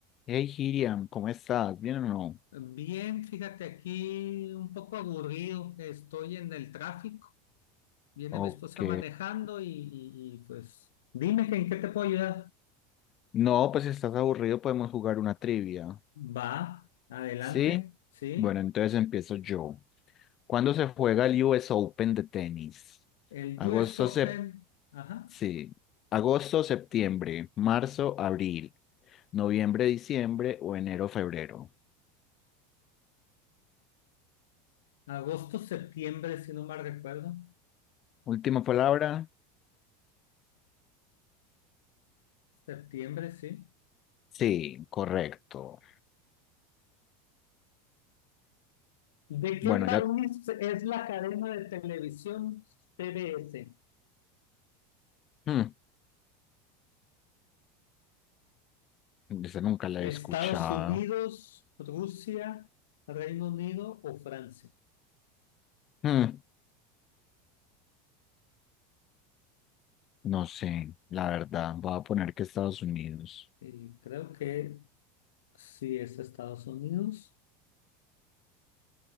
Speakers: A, on the left (about 45°); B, on the left (about 85°).
A: Hey, Hiriam, ¿cómo estás? ¿Bien o no?
B: Bien, fíjate aquí un poco aburrido, estoy en el tráfico, viene
A: Ok.
B: mi esposa manejando y, y- y, pues dime que en qué te puedo ayudar.
A: No, pues si estás aburrido podemos jugar una trivia.
B: Va, adelante,
A: ¿Sí?
B: sí.
A: Bueno, entonces empiezo yo. ¿Cuándo se juega el US Open de tenis?
B: El
A: Agosto,
B: US Open,
A: sep-
B: ajá,
A: sí. Agosto, septiembre, marzo, abril, noviembre, diciembre o enero, febrero.
B: agosto, septiembre, si no mal recuerdo,
A: Última palabra.
B: septiembre, sí.
A: Sí, correcto.
B: ¿De qué
A: Bueno,
B: país
A: ya...
B: es la cadena de televisión TBS?
A: Hmm, esa nunca la
B: ¿Estados
A: he escuchado.
B: Unidos, Rusia, Reino Unido o Francia?
A: Hmm. No sé, la verdad, voy a poner que Estados Unidos.
B: Y creo que Sí, es Estados Unidos.